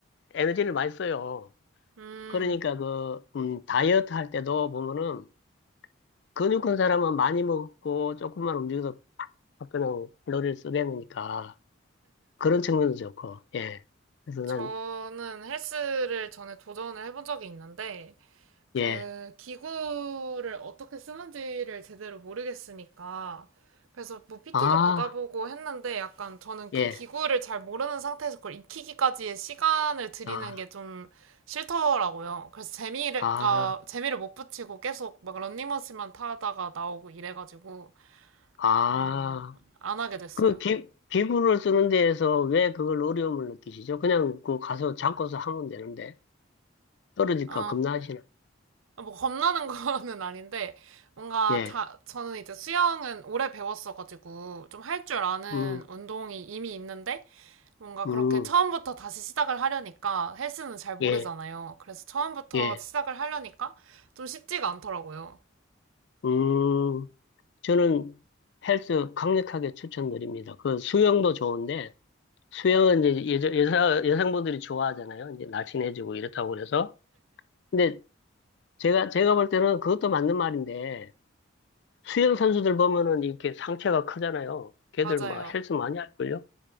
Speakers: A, on the left; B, on the right.
A: 에너지를 많이 써요.
B: 음.
A: 그러니까 그 음, 다이어트 할 때도 보면은 근육 큰 사람은 많이 먹고 조금만 움직여서 막 그냥 칼로리를 쓰게 되니까 그런 측면도 좋고 예. 그래서 난
B: 저는 헬스를 전에 도전을 해본 적이 있는데 그
A: 예,
B: 기구를 어떻게 쓰는지를 제대로 모르겠으니까 그래서 뭐 PT도
A: 아,
B: 받아보고 했는데 약간 저는 그
A: 예,
B: 기구를 잘 모르는 상태에서 그걸 익히기까지의 시간을 들이는
A: 아,
B: 게 좀 싫더라고요. 그래서 재미가
A: 아,
B: 재미를 못 붙이고 계속 막 런닝머신만 타다가 나오고 이래가지고
A: 아.
B: 그냥 안 하게 됐어요.
A: 그 기, 기구를 쓰는 데에서 왜 그걸 어려움을 느끼시죠? 그냥 그 가서 잡고서 하면 되는데 떨어질까
B: 어,
A: 겁나시나?
B: 아, 뭐 겁나는 <laughs> 거는 아닌데 뭔가
A: 예,
B: 자, 저는 이제 수영은 오래 배웠어가지고 좀 할 줄 아는
A: 음,
B: 운동이 이미 있는데 뭔가
A: 음,
B: 그렇게 처음부터 다시 시작을 하려니까 헬스는 잘 모르잖아요.
A: 예,
B: 그래서 처음부터
A: 예,
B: 시작을 하려니까 좀 쉽지가 않더라고요.
A: 음. 저는 헬스 강력하게 추천드립니다. 그 수영도 좋은데 수영은 이제 여자, 여자- 여성분들이 좋아하잖아요. 이제 날씬해지고 이렇다고 그래서. 근데 제가 제가 볼 때는 그것도 맞는 말인데 수영 선수들 보면은 이렇게 상체가 크잖아요. 걔들
B: 맞아요.
A: 막 헬스 많이 할걸요?